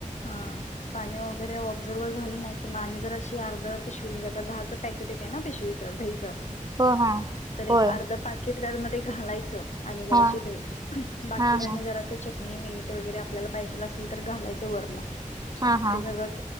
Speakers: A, on the left; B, on the right.
A: हा. पाणी वगैरे ऑब्झर झालं ना की मग आणि जरा अर्ध पिशवी म्हणजे आता दहा चं पकेट येते ना, पिशवीचं दहीचं.
B: हो हा
A: तर एक
B: होय
A: अर्ध पाकिट त्यामध्ये घालायचं. आणि जराशी
B: हा
A: दही, बाकीच्यांनी
B: हा हा
A: जरास चट नी, मीठ वगैरे आपल्याला पाहिजे असेल, तर घालायचं वरूनं,
B: हा हा
A: ते सगळं -